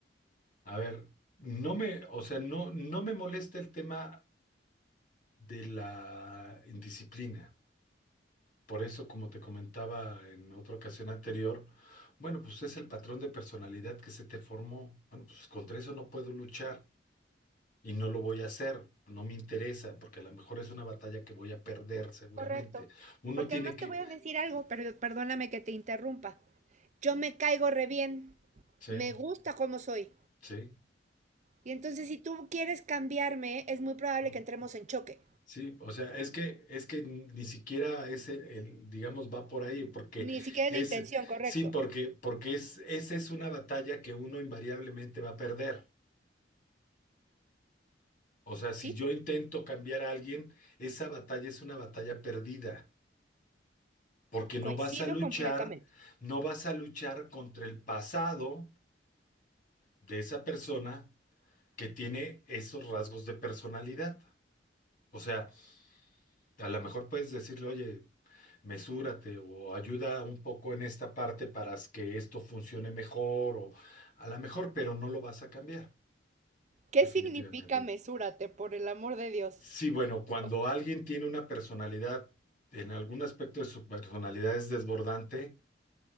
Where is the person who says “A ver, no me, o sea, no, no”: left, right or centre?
Left